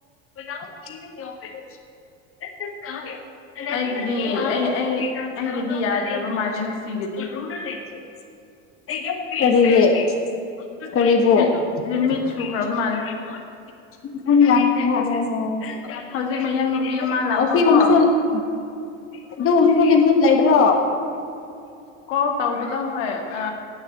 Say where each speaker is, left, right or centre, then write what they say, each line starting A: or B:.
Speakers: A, on the left; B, on the left.
A: ꯗꯥ ꯌꯂꯦ <inaudible>
B: ꯑꯩꯒꯤꯗꯤ ꯑꯩ ꯑꯩ
A: ꯀꯔꯤꯒꯤ
B: ꯑꯩꯒꯤꯗꯤ ꯌꯥꯗ꯭ꯔꯕ
A: ꯀꯔꯤꯕꯣ
B: ꯃꯥꯜꯂꯦ ꯉꯁꯤꯒꯤꯗꯤ
A: ꯈꯪ ꯌꯥꯝ ꯑꯣꯍꯣ
B: ꯂꯤꯃꯤꯠ ꯂꯤꯃꯤꯠ
A: ꯍꯣ
B: ꯁꯨꯈ꯭ꯔꯕ ꯃꯥꯜꯂꯦ
A: ꯍꯣ ꯑꯁꯤꯒꯨꯝꯕꯁꯨ
B: ꯍꯧꯖꯤꯛ ꯃꯌꯥꯡ ꯅꯨꯄꯤ
A: ꯂꯩ
B: ꯑꯃ ꯂꯥꯛꯄꯀꯣ
A: ꯑꯗꯨꯝꯒꯨꯝꯁꯨ ꯂꯤꯃꯤꯠ ꯂꯩꯕ꯭ꯔꯣ
B: ꯀꯣꯜ ꯇꯧꯕꯗꯣ ꯍꯣꯏ ꯑ